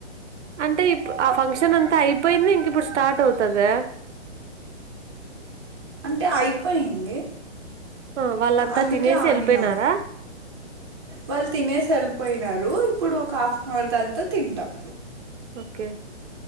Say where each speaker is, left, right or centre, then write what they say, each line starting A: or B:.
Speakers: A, on the right; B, on the right.
A: అంటే ఇపు ఆ ఫంక్షన్ అంతా అయిపోయింది ఇంక ఇప్పుడు స్టార్ట్ అవుతుదా
B: అంటే అయిపోయింది
A: ఆ వాళ్ళంతా
B: అందుకే
A: తినేసి
B: ఆగినం
A: వెళ్ళిపోయినారా
B: వాళ్ళు తినేసి ఏలిపోయినారు ఇప్పుడు ఒక హాఫ్ అన్ అవర్ తర్వాత తింటాం
A: ఓకే